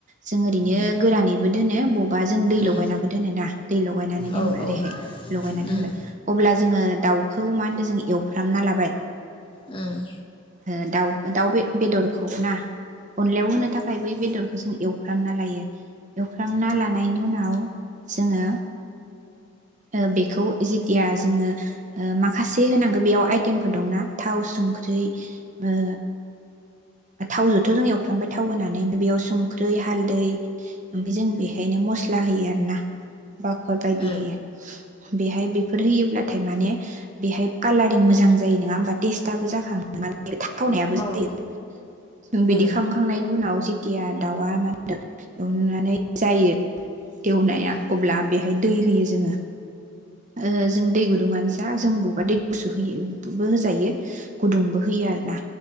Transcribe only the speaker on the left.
उम
उम
औ
औ
उम
उम
उम
औ उम
उम
उम